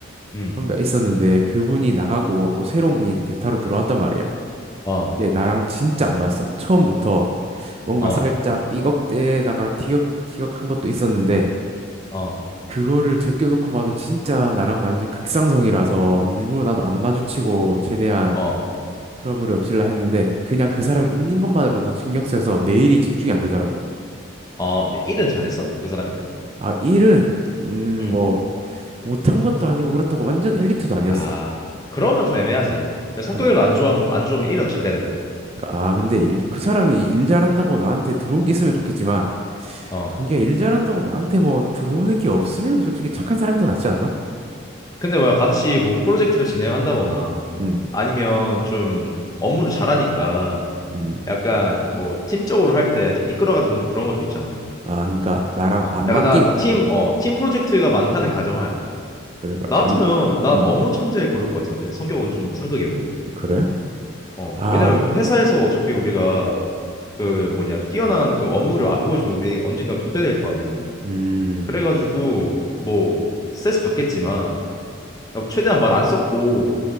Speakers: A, on the left; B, on the right.
A: 음,
B: 선배가 있었는데 그분이 나가고 또 새로운 분이 대타로 들어왔단 말이야.
A: 어,
B: 근데 나랑 진짜 안 맞았어. 처음부터 뭔가
A: 어,
B: 살짝 삐걱대다가 티격티격한 것도 있었는데
A: 어,
B: 그거를 제껴놓고 봐도 진짜 나랑 완전 극상성이라서 일부러 나도 안 마주치고 최대한
A: 어,
B: 트러블이 없을라 했는데 그냥 그 사람이 있는 것만으로도 신경 쓰여서 내 일이 집중이 안 되더라고.
A: 어. 근데 일은 잘했어? 그 사람이?
B: 아, 일은 음,
A: 음,
B: 뭐 못한 것도 아니고 그렇다고 완전 엘리트도 아니었어.
A: 아 그러면 좀 애매하지. 성격이라안
B: 그런가?
A: 좋아면안 좋으면 일이라도 잘해야 되잖아.
B: 아, 근데 일- 그 사람이 일 잘한다고 나한테 들어온 게 있으면 좋겠지만
A: 어.
B: 동기가 일 잘한다고 나한테 뭐 들어오는 게 없으면 솔직히 착한 사람이 더 낫지 않나?
A: 근데 뭐 같이 뭐 프로젝트를 진행한다거나
B: 음.
A: 아니면 좀 업무를 잘하니까
B: 음.
A: 약간 뭐 팀적으로 할 때 좀 이끌어가주는 그런 것도 있잖아.
B: 아, 그러니까 나랑
A: 어,
B: 안 맞기
A: 약간 난 너 팀,
B: 어,
A: 어, 팀 프로젝트가 많다는 가정하야.
B: 그래 그래.
A: 나
B: 안
A: 같으면 난
B: 음.
A: 업무 천재 고를 것 같은데 성격은
B: 그,
A: 좀 상극이어도.
B: 그래?
A: 어,
B: 아,
A: 왜냐면 회사에서 어차피 우리가 그 뭐냐 뛰어난 그 업무를 안 보여주면 우리 언젠가 도태될 거 아니야.
B: 음.
A: 그래가지고 뭐 스트레스 받겠지만 최대한 말 안 썼고